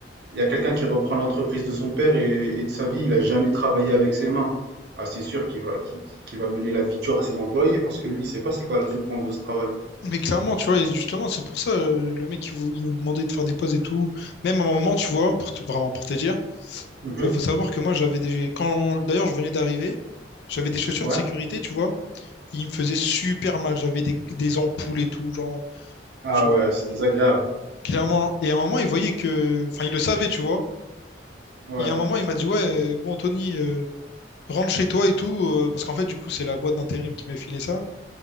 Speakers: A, on the right; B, on the left.
A: Il y a quelqu'un qui reprend l'entreprise de son père et, et de sa vie, il a jamais travaillé avec ses mains. Ah, c'est sûr qu'il va, qu'il, qu'il va mener la vie dure à ses employés parce que lui, il sait pas c'est quoi la souffrance de ce travail.
B: Mais clairement, tu vois, et justement, c'est pour ça, euh, le mec, il, vou- il nous demandait de faire des pauses et tout. Même à un moment, tu vois, pour te- vraiment pour te dire,
A: Mhm.
B: euh, faut savoir que moi, j'avais des... Quand... D'ailleurs, je venais d'arriver, j'avais des chaussures
A: Ouais.
B: de sécurité, tu vois. Il me faisait super mal, j'avais des... des ampoules et tout, genre,
A: Ah
B: je-
A: ouais, c'est désagréable.
B: clairement. Et à un moment, il voyait que... Enfin, il le savait, tu vois.
A: Ouais,
B: Il y a un moment, il m'a dit, ouais, euh, bon, Anthony, euh, rentre chez toi et tout, euh, parce qu'en fait, du coup, c'est la boîte d'intérim qui m'a filé ça.